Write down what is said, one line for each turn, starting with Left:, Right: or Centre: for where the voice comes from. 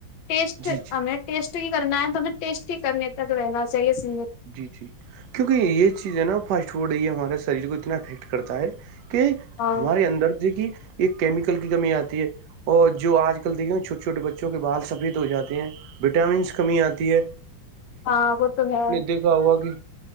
Left: ٹیسٹ
Right: جی جی
Left: ہمیں ٹیسٹ ہی کرنا ہے تو ہمیں ٹیسٹ ہی کرنے تک رہنا چاہیے سیمت
Right: جی جی کیونکہ یہ چیز ہے نا فاسٹ فوڈ ہے یہ ہمارے شریر کو اتنا افیکٹ کرتا ہے کہ
Left: ہاں
Right: ہمارے اندر سے کہ ایک کیمیکل کی کمی آتی ہے اور جو آج کل دیکھیے چھوے چھوٹے بچوں کے بال سفید ہو جاتے ہیں وٹامنس کمی آتی ہے
Left: ہاں وہ تو ہے
Right: کہ ہوا کہ